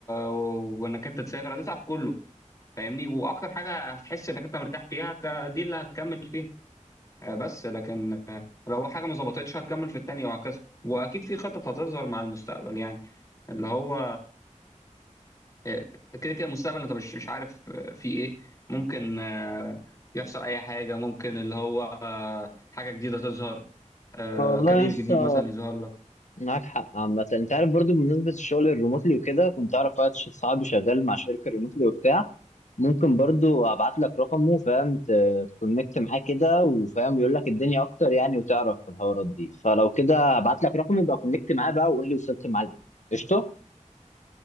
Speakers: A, on the left; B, on the left.
A: وانك انت تسافر هتسعى في كله فاهمني واكتر حاجه هتحس انك انت مرتاح فيها ت- دي اللي هتكمل فيها آه، بس لكن آه، لو حاجه ما ظبطتش هتكمل في التانيه وهكذا واكيد في خطط هتظهر مع المستقبل يعني اللي هو آه، كده كده المستقبل انت مش مش عارف آه، في ايه ممكن آه، يحصل اي حاجه ممكن اللي هو آه، حاجه جديده تظهر آه،
B: والله
A: كارير
B: لسه
A: جديد مثلا يظهر لك
B: معاك حق عامة انت عارف برضو بمناسبة الشغل الريموتلي وكده كنت اعرف واحد ش- صاحبي شغال مع شركة ريموتلي وبتاع ممكن برضو ابعت لك رقمه فاهم ت- تكونكت معاه كده وفاهم يقول لك الدنيا اكتر يعني وتعرف في الحوارات دي فلو كده ابعت لك رقمه يبقى كونكت معاه بقى وقول لي وصلت معاه لايه قشطة